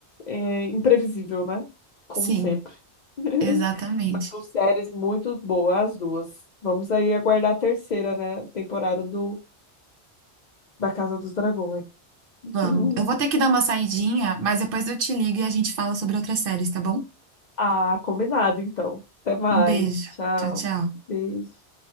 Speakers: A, on the left; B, on the right.
A: é imprevisível, né? Como
B: Sim,
A: sempre. <laughs>
B: exatamente.
A: Mas são séries muito boas, as duas. Vamos aí aguardar a terceira, né, temporada do da Casa dos Dragões. <laughs>
B: Vamos. Eu vou ter que dar uma saidinha, mas depois eu te ligo e a gente fala sobre outras séries, tá bom?
A: Ah, combinado então. Até mais.
B: Um beijo.
A: Tchau.
B: Tchau, tchau.
A: Beijo.